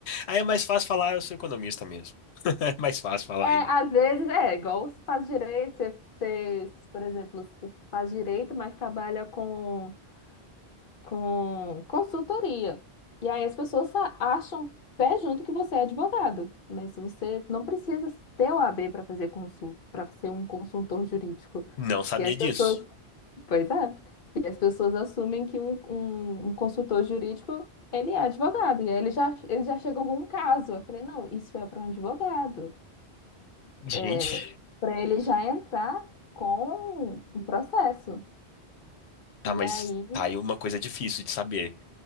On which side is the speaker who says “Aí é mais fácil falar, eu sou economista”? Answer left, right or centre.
Left